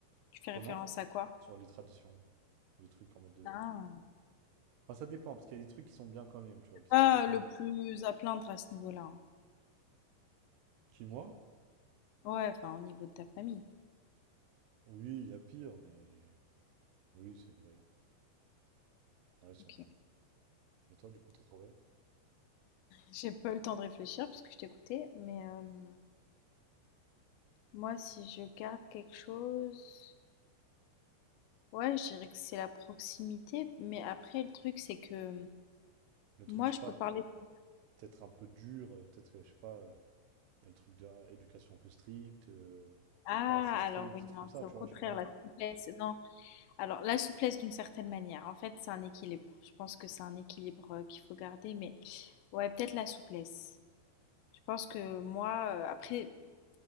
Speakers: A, on the left; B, on the right.
A: Tu fais
B: Comment?
A: référence à quoi?
B: Sur les traditions. Ou les trucs en mode de...
A: Ah!
B: Enfin, ça dépend, parce qu'il y a des trucs qui sont bien quand même, tu vois, qui
A: pas
B: sont religieux.
A: le plus à plaindre à ce niveau-là, hein?
B: Qui, moi?
A: Ouais, enfin, au niveau de ta famille.
B: Oui, il y a pire, mais... Oui, c'est vrai. Ouais, c'est
A: OK.
B: vrai. Et toi, du coup, t'as trouvé?
A: J'ai pas eu le temps de réfléchir parce que je t'écoutais, mais hem Moi, si je garde quelque chose, ouais, je dirais que c'est la proximité. Mais après, le truc, c'est que
B: Le truc,
A: moi,
B: je sais
A: je
B: pas,
A: peux parler. pour-
B: peut-être un peu dur, euh, peut-être, euh, je sais pas... euh, Il y a le truc de ah, éducation un peu stricte, euh,
A: Ah,
B: ou pas assez stricte,
A: alors oui,
B: des trucs
A: non,
B: comme ça,
A: c'est
B: tu
A: au contraire
B: vois, je sais pas.
A: la souplesse. Non, alors la souplesse d'une certaine manière. En fait, c'est un équilibre. Je pense que c'est un équilibre euh, qu'il faut garder. Mais ouais, peut-être la souplesse. Je pense que moi, euh, après,